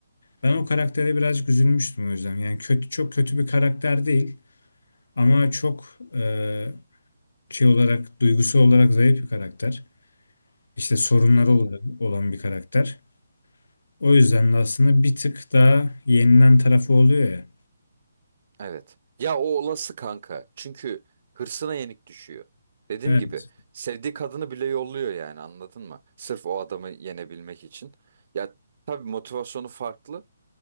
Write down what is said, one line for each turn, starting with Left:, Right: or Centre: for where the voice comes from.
Left: Ben o karaktere birazcık üzülmüştüm o yüzden. Yani kötü çok kötü bir karakter değil ama çok e, şey olarak duygusu olarak zayıf bir karakter. İşte sorunları
Right: Hı hı.
Left: olarak olan bir karakter. O yüzden de aslında bir tık daha yenilen tarafı oluyor ya.
Right: Evet. Ya o olası kanka. Çünkü hırsına yenik düşüyor. Dediğim
Left: Evet.
Right: gibi sevdiği kadını bile yolluyor yani anladın mı? Sırf o adamı yenebilmek için. Ya tabii motivasyonu farklı